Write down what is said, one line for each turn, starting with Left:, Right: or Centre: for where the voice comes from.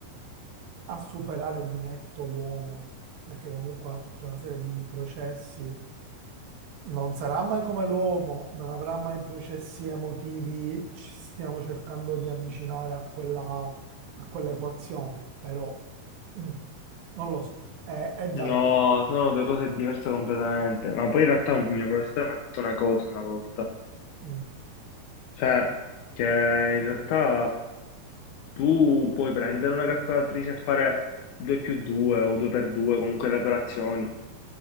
Right: a superare di netto l'uomo, perché comunque ha tutta una serie di processi, non sarà mai come l'uomo, non avrà mai processi emotivi, ci stiamo cercando di avvicinare a quella, a quell'equazione, però... Mm, non lo so, è, è da
Left: no,
Right: vedere.
Left: sono due cose diverse completamente. Ma poi in realtà un mio professore mi ha detto una cosa una volta,
Right: Mm,
Left: cioè che in realtà tu puoi prendere una calcolatrice e fare 2 più 2 o 2 per 2, comunque le operazioni,